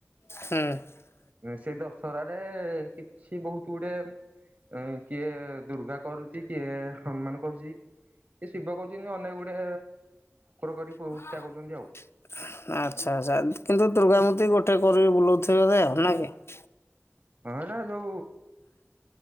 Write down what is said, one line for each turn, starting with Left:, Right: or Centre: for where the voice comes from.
Left: <unintelligible>
Right: ସେଇ ଦଶହରାରେ କିଛି ବହୁତ ଗୁଡେ ଇଁ କିଏ ଦୁର୍ଗା କରୁଛି? କିଏ ହନୁମାନ କରୁଛି? କିଏ ଶିବ କରଛନ୍ତି? ଅନେକ ଗୁଡେ କରି
Left: ଆଛା,
Right: ପୂଜା କରୁଛନ୍ତି ଆଉ
Left: ଆଛା, କିନ୍ତୁ ଦୁର୍ଗା ମୂର୍ତ୍ତି ଗୋ ଗୋଟେ କରିକି ବୁଲଉ ଥିବେ ଆଉ, ନାଇ କି?
Right: ହଁ, ଏଟା ଯଉ